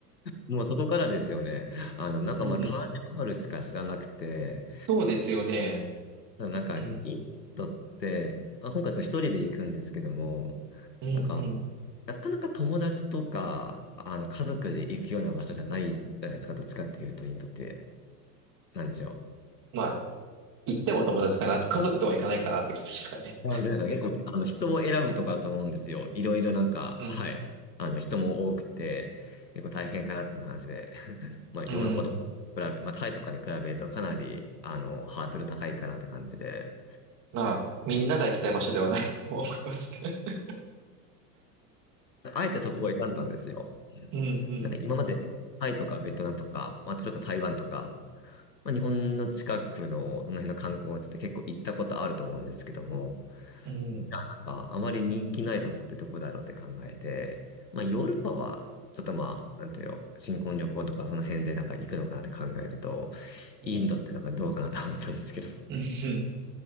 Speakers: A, on the left; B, on the right.
A: もうそこからですよね。あの、なんかまあ、
B: <laughs> うん。
A: タージマハルしか知らなくて、
B: そうですよね。
A: ただなんか、
B: うん、
A: インドって、あ、今回ちょっと一人で行くんですけども、
B: うん、
A: なんか、
B: うん。
A: なかなか友達とか、あの、家族で行くような場所じゃないじゃないですか、どっちかっていうと、インドって。なんでしょう。
B: まあ、行っても友達かなって、家族とは行かないかなって感じですかね。
A: なので、そう結構、あの、人を選ぶとかだと思うんですよ。いろいろなんか、
B: うん、
A: はい。あの、人も多くて、結構大変かなって話で、<laughs> まあ、
B: うん。
A: ヨーロッパとか、比べ、まあ、タイとかに比べるとかなり、あの、ハードル高いかなって感じで、
B: まあ、みんなが行きたい場所ではない <laughs> と思いますけど。
A: あえてそこを選んだんですよ。
B: うんうん。
A: なんか今まで、タイとかベトナムとか、まあ、トルコ、台湾とか、まあ、日本の近くの、この辺の観光地って結構行ったことあると思うんですけども、
B: うん
A: なんか、あまり人気ないとこってどこだろうって考えて、まあ、ヨーロッパは、ちょっとまあ、なんていうの、新婚旅行とかその辺でなんか行くのかなって考えると、
B: うん
A: インドってなんかどうかなと思ったんですけど。
B: うん